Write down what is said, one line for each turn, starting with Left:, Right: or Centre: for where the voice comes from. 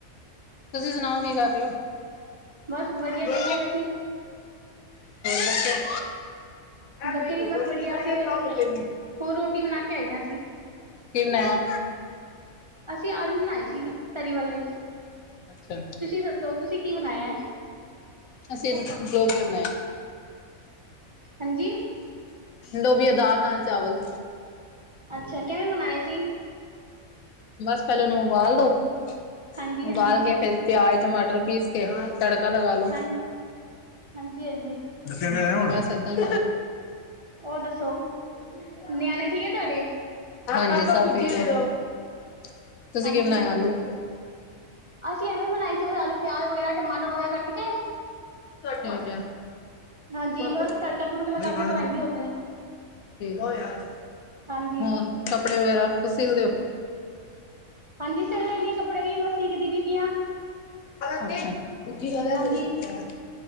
Left: ਤੁਸੀ ਸੁਣਾਓ ਕੀ ਕਰ ਰਏ ੳ?
Right: ਬਸ ਵਧੀਆ
Left: ਹੋਰ
Right: ਵਿਹਲੇ ਅਸੀਂ
Left: ਬੱਚੇ? ਹੈ
Right: ਬੱਚੇ
Left: ਪਈ
Right: ਵੀ
Left: ਏ, ਰੋਟੀ
Right: ਬਸ ਵਧੀਆ
Left: ਖਾਏਗਾ
Right: ਅਸੀਂ
Left: ਤਾਂ ਮਿਲੇਗੀ।
Right: ਹੁਣ ਰੋਟੀ ਬਣਾ ਕੇ ਆਈਆਂ ਸੀ।
Left: ਕੀ ਬਨਾਯਾ?
Right: ਅਸੀ ਆਲੂ ਬਣਾਏ ਸੀ ਤਰੀ ਵਾਲੇ,
Left: ਅੱਛਾ,
Right: ਤੁਸੀ ਦਸ ਸੋ ਤੁਸੀ ਕੀ ਬਨਾਏਆ?
Left: ਅਸੀ ੳ ਲੋਬਿਆ ਬਨਾਏਆ।
Right: ਹਂਜੀ
Left: ਲੋਬਿਆ ਦਾਲ ਨਾਲ ਚਾਵਲ।
Right: ਅੱਛਾ ਕੈਵੇਂ ਬਨਾਏਆ ਸੀ?
Left: ਬਸ ਪੈਲੇ ੳਨੂੰ ਉਬਾਲ ਲਵੋ,
Right: ਹਾਂਜੀ ਹਾਂਜੀ
Left: ਉਬਾਲ ਕੇ ਫੇਰ ਪਿਆਜ ਟਮਾਟਰ ਪੀਸ ਕੇ ਤੜਕਾ ਲਗਾ ਲੋੋ।
Right: ਹਾਂ ਹਾਂਜੀ ਹਾਂਜੀ
Left: ਦੱਸੇਆ ਤੇ ਏ ਹੁਨ, ਬਸ ਏਦਾਂ ਈ
Right: ਔਰ ਦੱਸੋ ਨਿਆਣੇ ਠੀਕ ਆ ਤੁਆਡੇ?
Left: ਹਾਂਜੀ ਸਭ ਠੀਕ ਨੇ। ਤੁਸੀ
Right: ਹਾਂਜੀ
Left: ਕਿ ਬਣਾਇਆ ਆਲੂ?
Right: ਅਸੀਂ ਐਵੇ ਬਨਾਈ ਸੀ ਆਲੂ ਪਿਆਜ ਵਗੈਰਾ ਟਮਾਟਰ ਵਗੈਰਾ ਕੱਟਕੇ
Left: ਠੀਕ ਏ।
Right: ਹਾਂਜੀ
Left: ਠੀਕ
Right: ਬਸ ਤੜਕਾ ਤੁੜਕਾ ਲਗਾ ਕੇ ਬਣਾਈ ਦੀ ਹੁੰਦੇ
Left: ਐ।
Right: ਹਾਂਜੀ
Left: ਹੋਰ ਕੱਪੜੇ ਵਗੈਰਾ ਖੁਦ ਸਿਲਦੇ ਓ?
Right: ਹਾਂਜੀ ਸਿਲ ਲੈਨੀ ਆ ਕੱਪੜੇ ਵੀ ਬਸ ਸਿਖਦੀ ਵੀ ਪੀ ਆਂ।
Left: ਅੱਛਾ।
Right: ਹਾਂਜੀ